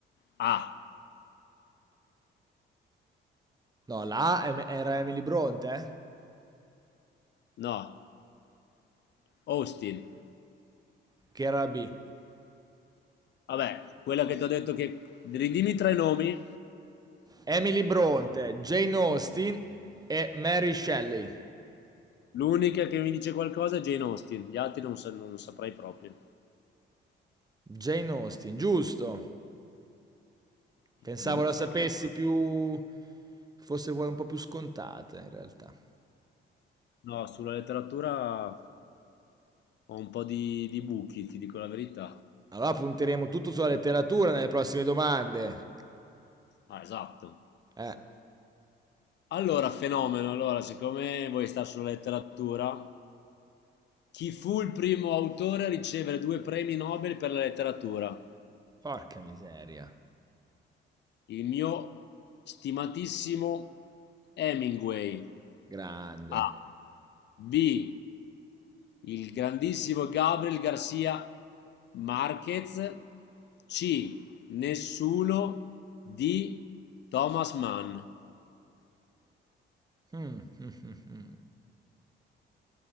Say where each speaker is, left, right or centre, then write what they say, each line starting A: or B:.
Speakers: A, on the left; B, on the right.
A: Ah,
B: No, la A em- era Emily Bronte? eh?
A: no, Austin.
B: Che era la B?
A: Vabbè, quella che ti ho detto che... Ridimmi tre nomi.
B: Emily Bronte, Jane Austen e Mary Shelley.
A: L'unica che mi dice qualcosa è Jane Austen. Gli altri non, sa- non saprei proprio.
B: Jane Austen, giusto. Pensavo
A: Deduzione.
B: la sapessi più... fosse quella un po' più scontata in realtà.
A: No, sulla letteratura ho un po' di, di buchi, ti dico la verità.
B: Allora punteremo tutto sulla letteratura
A: Quindi-
B: nelle prossime domande.
A: Ah, esatto.
B: Eh,
A: Allora, fenomeno. Allora, siccome vuoi stare sulla letteratura, Chi fu il primo autore a ricevere due premi Nobel per la letteratura?
B: porca miseria.
A: Il mio stimatissimo Hemingway.
B: Grande.
A: A. B. Il grandissimo Gabriel García Márquez. C. Nessuno di Thomas Mann.
B: Hmm, hmm, hmm, hmm. <laughs>